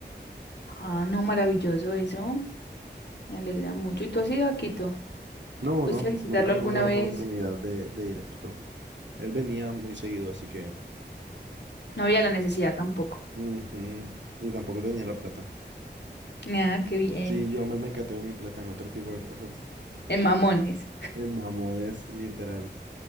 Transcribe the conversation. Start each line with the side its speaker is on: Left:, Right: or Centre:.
Left: Ah, no, maravilloso eso. Me alegra mucho. ¿Y tú has ido a Quito?
Right: No,
Left: ¿Fuiste
Right: no,
Left: a visitarlo
Right: nunca
Left: alguna
Right: tuve la oportunidad
Left: vez?
Right: de, de ir a Quito. Él venía muy seguido, así que...
Left: No había la necesidad tampoco.
Right: ujú, Y tampoco tenía la plata.
Left: Ah, qué bien.
Right: Sí, yo me mecateo mi plata en otro tipo de cosas.
Left: En Mamones.
Right: En mamones, literal.